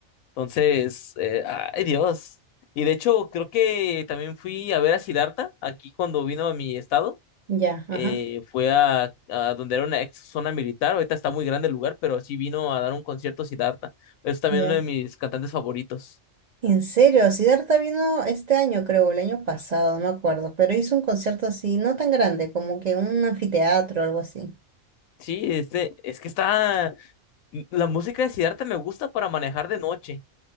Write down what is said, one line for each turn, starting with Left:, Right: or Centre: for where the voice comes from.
Left: Entonces, eh, ay Dios. Y de hecho, creo que también fui a ver a Siddhartha aquí cuando vino a mi estado.
Right: Ya, ajá.
Left: Eh, fue a, a donde era una ex zona militar. Ahorita está muy grande el lugar, pero sí vino a dar un concierto Siddhartha. Es también
Right: Ya.
Left: uno de mis cantantes favoritos.
Right: En serio, Siddhartha vino este año, creo, el año pasado, no me acuerdo, pero hizo un concierto así, no tan grande, como que un anfiteatro o algo así.
Left: Sí, este, es que está. mm, La música de Siddhartha me gusta para manejar de noche.